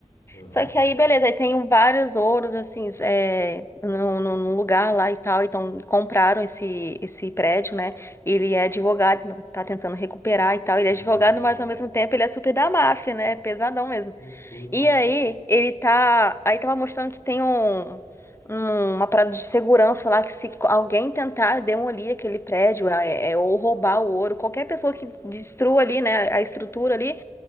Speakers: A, on the left; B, on the left.
A: Aham.
B: Só que aí, beleza, aí tem vários ouros, assim, é, num, num- num lugar lá e tal. Então, compraram esse, esse prédio, né? Ele é advogado, tá tentando recuperar e tal. Ele
A: Sim,
B: é advogado,
A: sim, sim.
B: mas ao mesmo tempo ele é super da máfia, né? Pesadão mesmo.
A: Loucura
B: E aí, ele tá. Aí tava mostrando que tem um, um- uma parada de segurança lá que se alguém tentar demolir aquele prédio é, é, ou roubar o ouro, qualquer pessoa que destrua ali, né, a estrutura ali